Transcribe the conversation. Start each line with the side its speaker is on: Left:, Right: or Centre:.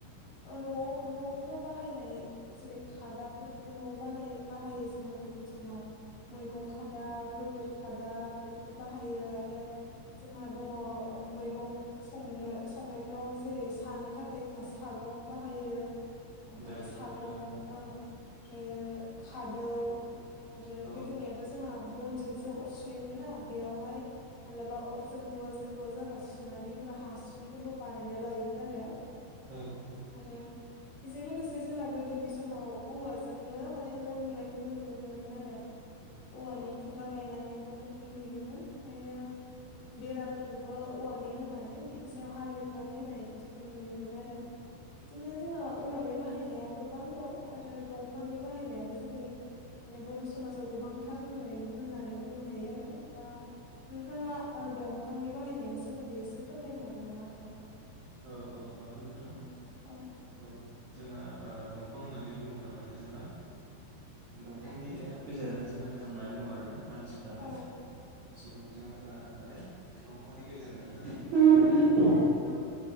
Left: आरो ओ न'आव न'फ्राव बाहायनाय जेरै - खादाफोरखौबो न'आव बानाय बाहायो जोंहा गोदोनि समाव। मैगं खादा गोबोर खादा बेफोरखौ बाहायो आरो जोंहा दङ मैगं संनो संनायफ्राव जेरै सानो थाखाय जोंहा साग गं बाहायो ओमफ्राय
Right: दालि
Left: सागं
Right: खाथा औ
Left: ओमफ्रायो खादौ आरो
Right: औ
Left: गोदोनियाथ' जोंहा बनजोंसो सो अर सुयोमोन ना बेयावहाय मालाबा अर जोंदवा जोंदुवा जाबा सुनानै होग्रा हासुं फोरबो बानायना लायोमोन आरो।
Right: औ औ।
Left: आरो बेजों लोगोसे जोंहा गोदोनि समाव औवाजोंनो माने न' लुनायखौबो नुनो मोनोमोन आरो औवानि
Right: औ
Left: खुन्था गायनानै न'फोरखौ लुयोमोन ओमफ्रायो बेराफोरखौबो औवानि होनानै बिनि सायाव हा लिरनानै होनाय बिदिखौ नुयोमोन आरो। बिदिनो जोङो औवानि बाहायनाया गोबां दं आरो दंफांनि बाहायनायाबो जोंनि माने बर' समाजाव गोबांथार होन होननानै बुंनो हायो आरो दा नोंथाङा दंफांनि ओ बाहायनायनि सोमोन्दै एसे फोरमायनो हागोन नामा आंनो?
Right: औ औ हागोन नोंथां
Left: औ औ
Right: औ। जोंहा ओ दंफां होननानै बुङोब्ला माने जोंहा दं फांनि गेजेरजोंनो जोंहा थांनानै दं आरोना मानसिफ्राहाय
Left: औ
Right: सुबुं अनजिमाफ्रा आ माने दंफांनि गेजेरावनो थांनानै दं।
Left: औ।